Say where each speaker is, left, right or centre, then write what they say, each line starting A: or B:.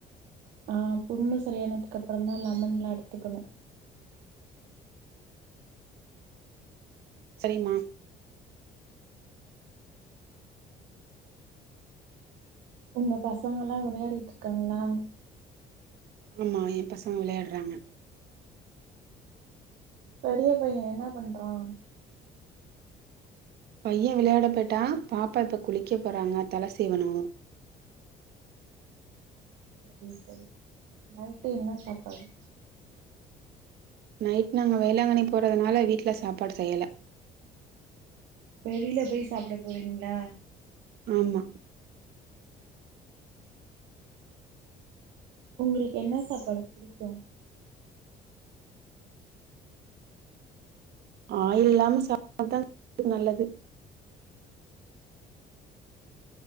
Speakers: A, on the right; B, on the right.
A: ஆ புண்ணு சரியானதுக் அப்பறம் தான் லெமன்லா எடுத்துக்கணும்
B: சரிம்மா
A: உங்க பசங்கல்லாம் விளையாடிட்ருக்காங்களா
B: ஆமா என் பசங்க விளையாட்றாங்க
A: பெரிய பையன் என்னா பண்றான்
B: பையன் விளையாட போய்ட்டான் பாப்பா இப்ப குளிக்க போறாங்க தல சீவனும்
A: சரி சரி நைட்டு என்ன சாப்பாடு
B: நைட் நாங்க வேளாங்கண்ணி போறதுனால வீட்ல சாப்பாடு செய்யல
A: வெளியில போய் சாப்ட போறீங்ளா
B: ஆமா
A: உங்களுக்கு என்ன சாப்பாடு புடிக்கு
B: ஆயில் இல்லாம சாப்டா தா நல்லது